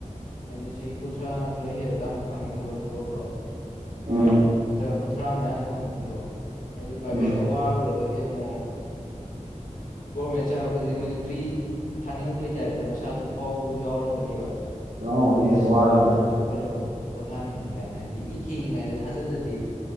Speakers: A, on the left; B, on the right.
A: ꯍꯥꯏꯗꯤ ꯆꯍꯤ ꯀꯨꯟꯊ꯭ꯔꯥ ꯈꯔ ꯍꯦꯜꯂ ꯀꯥꯟꯗ ꯐꯪꯉꯦ ꯈꯜꯂꯣ ꯊꯕꯛꯇꯣ
B: ꯎꯝ
A: ꯅꯠꯇ꯭ꯔꯒ ꯀꯨꯟꯊ꯭ꯔꯥ ꯃꯉꯌꯥꯗ ꯐꯪꯉꯦ ꯈꯜꯂꯣ ꯍꯥꯏꯗꯤ ꯄ꯭ꯔꯥꯏꯚꯦꯠꯇ
B: ꯎꯝ
A: ꯋꯥꯔꯨꯔꯒꯗꯤ ꯍꯥꯏꯗꯤ ꯑꯃꯨꯛ ꯒꯣꯔꯃꯦꯟ ꯆꯪꯉꯛꯄꯗꯗꯤ ꯃꯣꯏꯗꯨ ꯐ꯭ꯔꯤ ꯊꯥꯅꯤꯡꯉꯛꯄꯒꯤ ꯇꯥꯏꯞꯇ ꯃꯁꯥꯗꯣ ꯐꯥꯎꯕꯁꯨ ꯌꯥꯎꯔꯝꯒꯅꯤꯕ
B: ꯌꯥꯎꯔꯝꯒꯅꯤ
A: ꯑꯁ
B: ꯋꯥꯔꯕꯅꯤꯅ
A: ꯋꯥꯔꯨꯔꯁꯨ ꯈꯔ ꯄꯣꯊꯥꯅꯤꯡ ꯀꯥꯏꯅ ꯍꯥꯏꯗꯤ ꯏ ꯀꯤꯉꯤꯉꯩꯗ ꯊꯥꯖꯤꯜꯂꯗꯤ